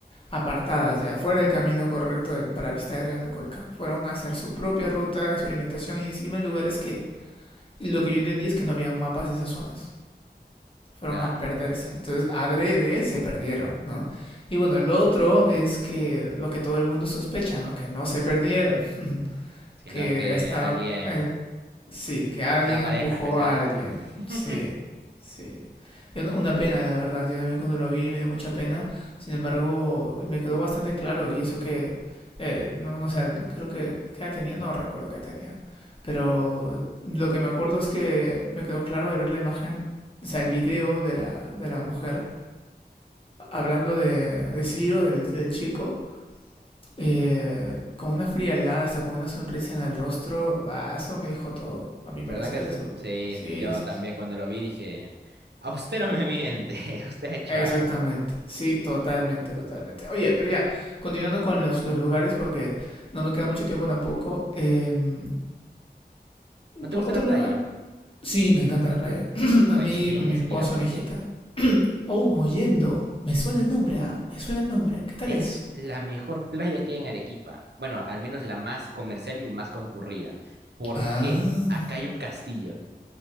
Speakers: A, on the left; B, on the right.
A: apartadas, ya fuera del camino correcto de- para visitar el cañón del Colca. Fueron a hacer su propia ruta, experimentación y encima en lugares que lo que yo entendí es que no habían mapas de esas zonas. fueron
B: Claro.
A: a perderse. Entonces, adrede se perdieron, ¿no? Y bueno, el otro es que lo que todo el mundo sospecha, ¿no? Que no se perdieron, <laughs>
B: Sino
A: que
B: que
A: estaban,
B: alguien,
A: eh, Sí, que alguien
B: la pareja
A: empujó
B: especial.
A: a alguien.
B: <laughs>
A: Sí, sí. Y una una pena, la verdad. Yo también cuando lo vi me dio mucha pena. Sin embargo, me quedó bastante claro. Y eso que, eh, no, no sé, creo que, ¿qué edad tenía? No recuerdo qué edad tenía. Pero lo que me acuerdo es que me quedó claro al ver la imagen, o sea, el video de la, de la mujer hablando de, de Ciro, del, del chico eh, con una frialdad, hasta con una sonrisa en el rostro, ah, eso me dijo todo, a mi parecer,
B: ¿Verdad que sí?
A: eso.
B: Sí,
A: Sí,
B: sí, yo
A: sí,
B: también
A: sí.
B: cuando lo vi dije, a usted no me miente, <laughs> usted ha hecho
A: Exactamente,
B: algo.
A: sí, totalmente, totalmente. Oye, pero ya, continuando con los, los lugares, porque no me queda mucho tiempo tampoco. em,
B: ¿No
A: ¿por
B: te gusta
A: otro
B: la playa?
A: lugar? Sí, me encanta la playa. <clears throat> A
B: Pues
A: mí,
B: tienes
A: a mi esposa,
B: que ir a Mollendo.
A: a mi hijita. <clears throat> Oh, Mollendo. Me suena el nombre, ¿ah? Me suena el nombre. ¿Qué tal
B: Es
A: es?
B: la mejor playa que hay en Arequipa. Bueno, al menos la más comercial y la más concurrida. ¿Por
A: Ah.
B: qué? Acá hay un castillo.